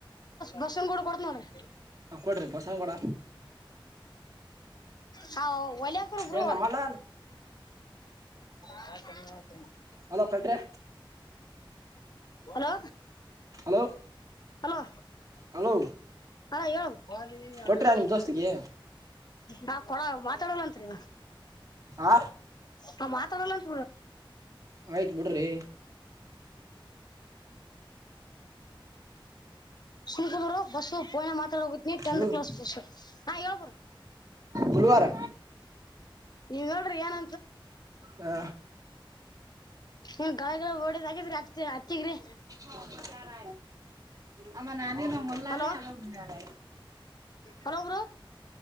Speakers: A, on the left; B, on the right.
A: ಬಸನ್ ಕೂಡ ಕೊಡತ ನೋಡ್ರಿ
B: ಕೊಡ್ರಿ ಬಸವ ಕೊಡ
A: ಹಾ ಒಲ ಹಕಬ
B: ಏ ನಮ್ಮಣ್ಣ
A: ಆಯ್ತನ ಆಯ್ತನೆ
B: ಅಲೋ ಕಟ್ರಿ
A: ಹಲೋ
B: ಹಲೋ
A: ಹಲೋ
B: ಹಲೋ
A: ಹಾ ಯಾಲರ
B: ಕೊಟ್ರ ನಿಮ್ ದೋಸ್ತಿಗೆ
A: ನಾ ಕೊಡ ಮಾತಾಡಲಂರಿ
B: ಆ
A: ನಾ ಮಾತಾಡಲ್ಲ ಅಂತ
B: ಆಯ್ತ್ ಬಿಡ್ರಿ
A: ಶತ ಬರ ಬಸು ರೋನ ಮಾತಾಡ ಹೋಗನ ಟೆಂತ್
B: ಹ್ಮ್
A: ಕ್ಲಾಸ್ ಪುಷ ಹಾ ಯಬರು
B: ಪುಲ್ವಾರ
A: ನೀವ ಹೇಳ್ರಿ ಏನ
B: ಹಾ
A: ಏನ್ ಗಳ ಗಳ ಹೊಡಿದ್ ಆಗಿದ್ರಿ ಅತ್ತಿ ಅತ್ತಿಗ್ರಿ
B: ಅರ ಆಮ್ಮ ನಾನೇನು ಮಲ್ಲಾಲೆ
A: ಹಲೋ
B: ಅಲ್ಲಾರ
A: ಹಲೋ ಬ್ರೋ